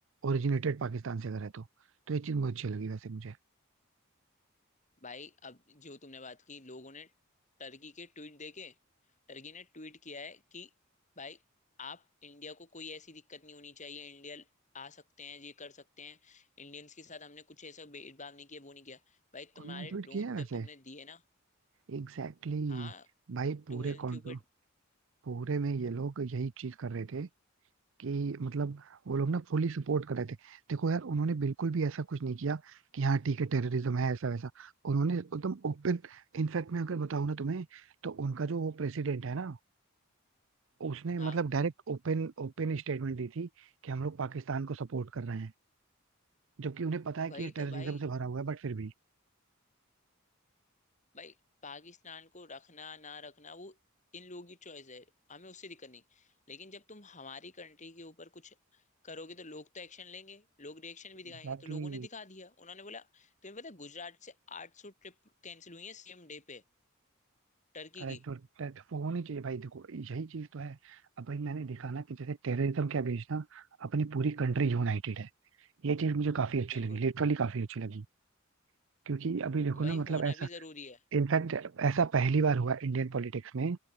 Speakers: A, on the right (about 65°); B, on the left (about 35°).
A: ओरिजिनेटेड पाकिस्तान से अगर है तो तो ये चीज बहुत अच्छी लगी वैसे मुझे
B: भाई अब जो तुमने बात की लोगों ने टर्की के ट्वीट देखे टर्की ने ट्वीट किया है कि भाई आप इंडिया को कोई ऐसी दिक्कत नहीं होनी चाहिए इंडिया आ सकते हैं ये कर सकते हैं इंडियंस के साथ हमने कुछ ऐसा भेदभाव नहीं किया वो नहीं किया भाई तुम्हारे
A: उन्होंने ट्वीट
B: ड्रोन
A: किया है
B: जब
A: वैसे
B: तुमने दिए ना
A: Exactly exactly.
B: हाँ
A: भाई पूरे
B: टूरिज्म
A: कॉन्ट्रो
B: के ऊपर
A: पूरे में ये लोग यही चीज कर रहे थे कि मतलब वो लोग ना फुली सपोर्ट कर रहे थे देखो यार उन्होंने बिल्कुल भी ऐसा कुछ नहीं किया कि हाँ ठीक है टेररिज्म है ऐसा वैसा उन्होंने एकदम ओपन इनफैक्ट मैं अगर बताऊं ना तुम्हें तो उनका जो वो प्रेसिडेंट है ना उसने
B: हाँ
A: मतलब डायरेक्ट ओपन ओपन स्टेटमेंट दी थी कि हम लोग पाकिस्तान को सपोर्ट कर रहे हैं जबकि उन्हें पता है
B: वही
A: कि ये
B: तो
A: टेररिज्म
B: भाई
A: से भरा हुआ है बट फिर भी
B: भाई पाकिस्तान को रखना ना रखना वो इन लोगों की चॉइस है हमें उससे दिक्कत नहीं लेकिन जब तुम हमारी कंट्री के ऊपर कुछ करोगे तो लोग तो एक्शन लेंगे लोग रिएक्शन भी दिखाएंगे
A: एग्जैक्टली
B: तो लोगों ने दिखा दिया उन्होंने बोला तुम्हें पता है गुजरात से 800 ट्रिप कैंसिल हुई है सेम डे पे टर्की
A: अरे
B: की
A: तो tet- वो होनी चाहिए भाई देखो यही चीज तो है अब भाई मैंने देखा ना कि जैसे टेररिज्म के अगेंस्ट ना अपनी पूरी कंट्री यूनाइटेड है ये चीज मुझे काफी अच्छी
B: बिल्कुल
A: लगी लिटरली काफी अच्छी लगी क्योंकि अभी देखो
B: भाई
A: ना मतलब
B: होना
A: ऐसा
B: भी जरूरी है
A: इनफैक्ट ऐसा पहली बार हुआ इंडियन पॉलिटिक्स में